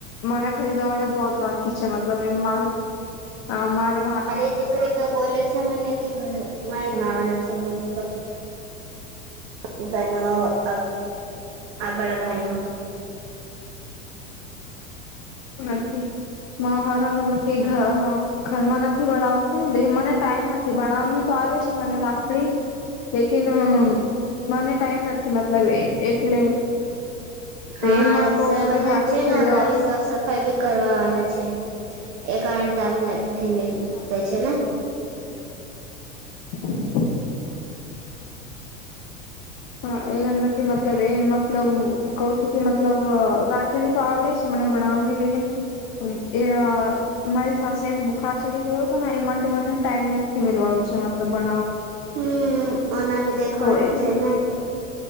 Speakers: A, on the left; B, on the right.
A: મને ખરીદવાને બહૂત બાકી છે મતલબ એ મારે મારે
B: મારી દીકરી તો બોલે છે જો મને કેય, નાવાના છે મન તો છે મન તો બના આ બડા ભાઈના
A: નથી મારા હાર મતલબ કે ઘરમાં નથી ભણાવતું મને ટાઈમ નથી ભણ તો આવે છે, મને રાખડી લેકિન મને ટાઈમ નથી મતલબ એ એટલે તો
B: હા
A: એમાં
B: રક્ષાબંધન
A: કહ છું કે ભાખરી
B: છે ને
A: ખરીદવા
B: ઓના વિ સાફ સફ બી કરવાવાના છે <unintelligible> થીમે
A: હા
B: ત્યાં છે ને
A: <inaudible> <inaudible> હ, એમ નથી મતલબ એમ મતલબ કહ છું કે મતલબ રાખેડી તો આવડે છે મને ભણાવવાની લેકિન એ મારી સાસે એમ બુખાર ચડી ગયો હતો ના એ માટે મને ટાઈમ નથી મેલવા છે મતલબ બા
B: હમ્મ ઓના બી દેખવાનું
A: તો એ
B: છે ને.